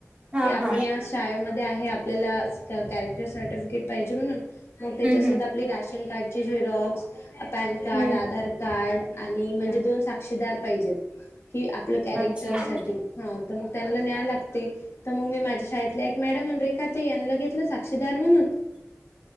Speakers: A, on the right (about 20°); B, on the left (about 50°).
A: हा
B: की आपण
A: हा हम्म
B: या शाळेमध्ये आहे आपल्याला कॅरेक्टर सर्टिफिकेट पाहिजे म्हणून मग त्याच्यासो
A: हम्म
B: आपली राशन कार्डची जे रॉक्स पॅन कार्ड
A: हम्म
B: आधार कार्ड आणि म्हणजे दोन साक्षीदार पाहिजेत ही आपलं कॅरेक्टर
A: अच्छा
B: साठी
A: हम्म
B: हा तर मग त्यांला न्याय लागते तर मग मी माझ्या शाळेतला एक मॅडम रे काता यां घेतलं साक्षीदार म्हणून